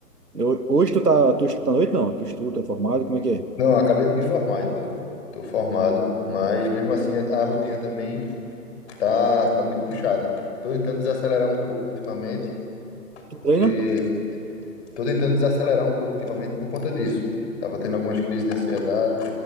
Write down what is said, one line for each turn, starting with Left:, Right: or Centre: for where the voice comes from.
Right: Eu- hoje tu tá, tu estuda à noite? Não, tu estuda, tu é formado, como é que é?
Left: Não, eu acabei de me formar e tô, tô formado, mas mesmo assim a, a rotina também tá, tá muito puxada. Eu tô tentando desacelerar um pouco ultimamente,
Right: Tu
Left: porque
Right: treina?
Left: tô tentando desacelerar um pouco ultimamente por conta disso. Tava tendo algumas crises de ansiedade,